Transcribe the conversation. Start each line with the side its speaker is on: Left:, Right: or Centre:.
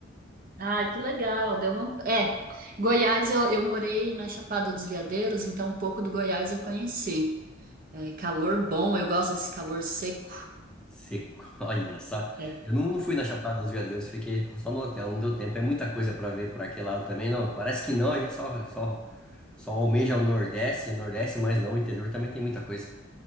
Right: ah que legal. Deu vontade. É, Goiás eu, eu morei na Chapada dos Veadeiros, então um pouco do Goiás eu conheci. É calor bom, eu gosto desse calor seco.
Centre: Seco, <laughs> olha só.
Right: É.
Centre: Eu não, não fui na Chapada dos Veadeiros, fiquei só no hotel, não deu tempo. É muita coisa para ver para aquele lado também, não. Parece que não, a gente só, só, só almeja o Nordeste, Nordeste, mas não, o interior também tem muita coisa.